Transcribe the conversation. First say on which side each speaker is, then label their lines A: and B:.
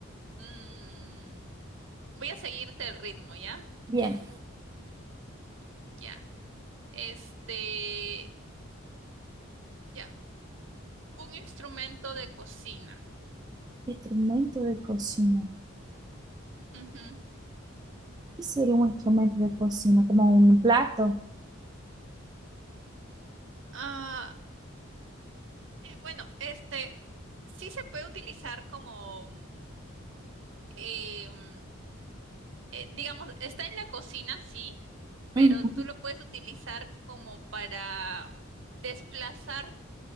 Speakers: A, on the right; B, on the right.
A: mm, voy a seguirte el ritmo, ¿ya?
B: Bien,
A: Ya. Este, ya, un instrumento de cocina.
B: instrumento de cocina.
A: Ujú.
B: ¿Qué sería un instrumento de cocina? Como un plato.
A: Ah, Eh, bueno, este sí se puede utilizar como, eh, mm, eh, digamos, está en la cocina, sí, pero
B: Ujú.
A: tú lo puedes utilizar como para desplazar